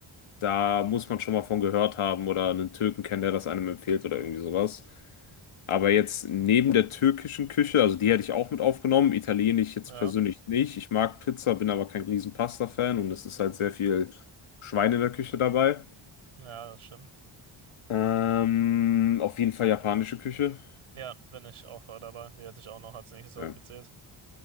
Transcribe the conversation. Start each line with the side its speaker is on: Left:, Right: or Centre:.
Left: da muss man schon mal von gehört haben oder einen Türken kennen, der das einem empfiehlt oder irgendwie sowas. Aber jetzt neben der türkischen Küche, also die hätte ich auch mit aufgenommen, italienisch jetzt
Right: Ja,
Left: persönlich nicht. Ich mag Pizza, bin aber kein riesen Pasta-Fan und es ist halt sehr viel Schwein in der Küche dabei.
Right: ja, das stimmt.
Left: Ähm, auf jeden Fall japanische Küche.
Right: Ja, bin ich auch voll dabei. Die hätte ich auch noch als nächstes aufgezählt.
Left: Ja.